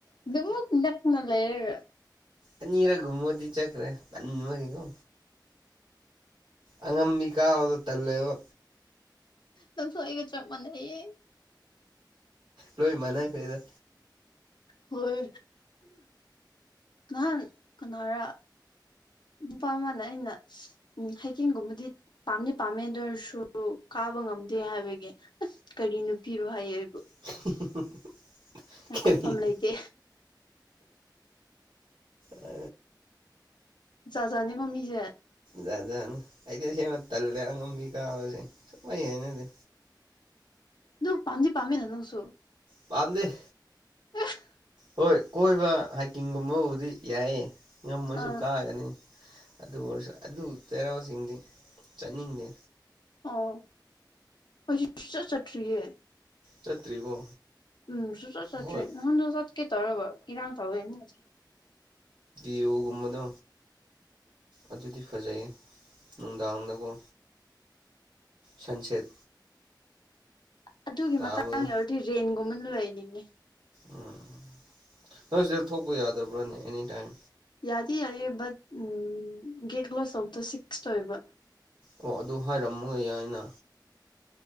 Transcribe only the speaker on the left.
ꯑꯗꯨꯃꯨꯛ ꯅꯛꯅ ꯂꯩꯔꯒ
ꯅꯪꯁꯨ ꯑꯩꯒ ꯆꯞ ꯃꯥꯟꯅꯌꯦ
ꯍꯣꯏ ꯅꯍꯥꯟ ꯀꯅꯥꯔ ꯅꯨꯄꯥ ꯃꯥꯅ ꯑꯩꯅ ꯎꯝ ꯍꯥꯏꯀꯤꯡꯒꯨꯝꯕꯗꯤ ꯄꯥꯝꯗꯤ ꯄꯥꯝꯃꯦ ꯑꯗꯨ ꯑꯣꯏꯔꯁꯨ ꯀꯥꯕ ꯉꯝꯗꯦ ꯍꯥꯏꯕꯒꯤ ꯀꯔꯤ ꯅꯨꯄꯤꯔꯣ ꯍꯥꯏꯌꯦ ꯑꯩꯕꯨ
ꯑꯩ
ꯈꯨꯝꯐꯝ ꯂꯩꯇꯦ
ꯖꯥꯠ ꯖꯥꯠꯅꯤꯀꯣ ꯃꯤꯖꯦ
ꯑꯗꯨ ꯄꯥꯝꯗꯤ ꯄꯥꯝꯃꯦꯅ ꯅꯪꯁꯨ
<unintelligible>
ꯑ
ꯑꯣ ꯍꯧꯖꯤꯛ ꯁꯨꯛꯆꯠ ꯆꯠꯇ꯭ꯔꯤꯌꯦ
ꯎꯝ ꯁꯨꯆꯠ ꯆꯠꯇ꯭ꯔꯤ
<unintelligible> ꯆꯠꯀꯦ ꯇꯧꯔꯒ ꯢꯔꯥꯡ ꯇꯧꯌꯦꯅ
ꯑꯗꯨꯒꯤ
ꯃꯇꯥꯡ ꯌꯧꯔꯗꯤ ꯔꯦꯟꯠ ꯒꯨꯝꯕꯗ ꯂꯩꯅꯤꯡꯉꯦ
ꯌꯥꯗꯤ ꯌꯥꯢꯌꯦ ꯕꯠ ꯎꯝ ꯒꯦꯠ ꯀ꯭ꯂꯣꯁ ꯇꯧꯕꯗꯣ ꯁꯤꯛꯁ ꯑꯣꯏꯕ